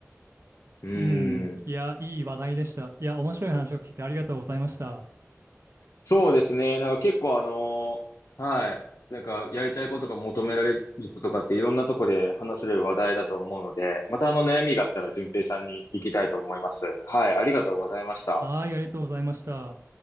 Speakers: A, on the left (about 80°); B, on the right (about 60°).
A: うーん。
B: うん、いや、いい話題でした。いや、面白い話を聞いてありがとうございました。
A: そうですね。なんか結構あのーはい。なんかやりたいことが求められることとかっていろんなとこで話せる話題だと思うので、またあの悩みがあったら順平さんに聞きたいと思います。はい。ありがとうございました。
B: はい、ありがとうございました。